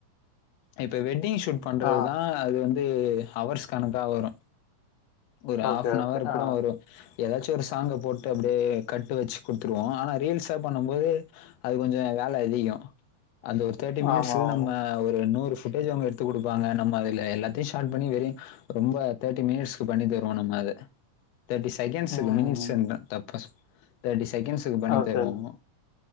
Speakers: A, on the left (about 80°); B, on the left (about 70°).
A: இப்ப வெட்டிங் ஷூட் பண்றதுதா
B: ஆ.
A: அது வந்து ஹவர்ஸ் கணக்கா வரு ஒரு
B: ஓகே,
A: ஹாஃப்னவர்
B: ஓகே.
A: கூட
B: ஆ.
A: வரு ஏதாச்சு ஒரு சாங்க போட்டு அப்டியே கட்டு வெச்சு குடுத்துருவோ ஆனா ரீல்ஸா பண்ணம்போது அது கொஞ்ச வேல அதிகோ அந்த ஒரு தெர்ட்டி மினிட்ஸு
B: ஆமாமா.
A: நம்ம ஒரு நூறு ஃபுட்டேஜ் அவங்க எடுத்து குடுப்பாங்க நம்ம அதுல எல்லாத்தையு ஷாட் பண்ணி வெரி ரொம்ப தெர்டி மினிட்ஸ் கு பண்ணி தருவோ நம்ம அது தெர்ட்டி செகண்ட்ஸுக்கு
B: ம்.
A: மினிட்ஸுன்ட தப்பா ச் தெர்ட்டி செகண்ட்ஸ் க்கு பண்ணி
B: ஓகே.
A: தருவோங்கோ